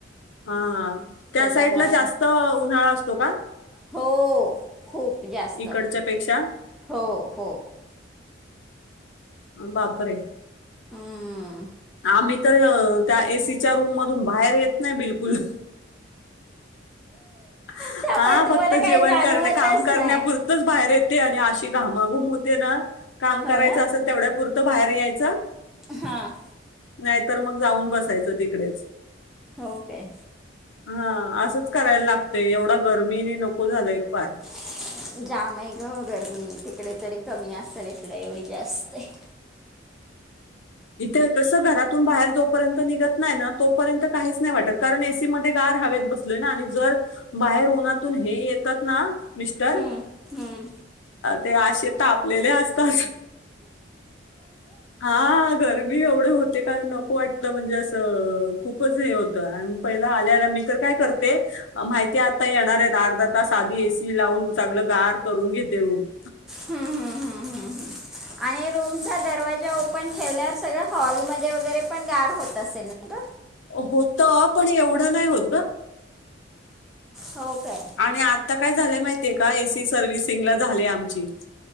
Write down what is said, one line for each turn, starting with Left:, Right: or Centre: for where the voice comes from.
Left: हा- हा त्या
Centre: त्याच्यामुळे
Left: साइडला जास्त उन्हाळा असतो का?
Centre: हो खूप जास्त
Left: इकडच्या पेक्षा
Centre: हो -हो-
Left: बापरे!
Centre: हम्म....
Left: आम्ही तर त्या एसीच्या रूम मधून बाहेर येत नाही बिलकुल <inaudible> <inaudible>
Centre: त्यामुळे
Left: हा
Centre: तुम्हाला
Left: फक्त
Centre: काही
Left: जेवण
Centre: जाणवतच
Left: करणे काम करण्यापुरतच
Centre: नाही
Left: बाहेर येत होते आणि अशी घामाघूम होते ना काम
Centre: हो
Left: करायचं असेल तेवढ्या पुुरतं बाहेर यायचं
Centre: हा..
Left: नाही तर मग जाऊन बसायचं तिकडेच.
Centre: हो काय..
Left: हा असंच करायला लागतंय एवढा गर्मी ने नको झालंय फार
Centre: <inaudible> जाम आहे ग <inaudible> तिकडे तरी कमी असेल इकडे एवढी जास्त आहे
Left: इथे कसं घरात इथून बाहेर जोपर्यंत निघत नाही ना तोपर्यंत काहीच नाही वाटत कारण एसीमध्ये गार हवेत बसलोय ना आणि जर बाहेर उन्हातून हे येतात ना मिस्टर,
Centre: हम्म, हम्म.
Left: ते -आशे तापलेले असतात बस हा,, <unintelligible> गरमी एवढे होते का नको वाटतं म्हणजे असं खूपच हे होतो पहिला आले आले मी तर काय करते माहिती आता येणार आहेत अर्धा तास आधी एसी लावून चांगलं गार करून घे ते रूम <inaudible>
Centre: हम्म, हम्म, हम्म, हम्म. हम्म. <inaudible> रूमचा दरवाजा ओपन ठेवल्यावर सगळ हॉलमध्येध्ये वगैरे पण गार होत असेल ना ग?
Left: होत. पण एवढं नाही होत ग.
Centre: हो काय
Left: आणि आता काय झालंय माहितीय का, एसी सर्वि्हसिंगला झाले आमची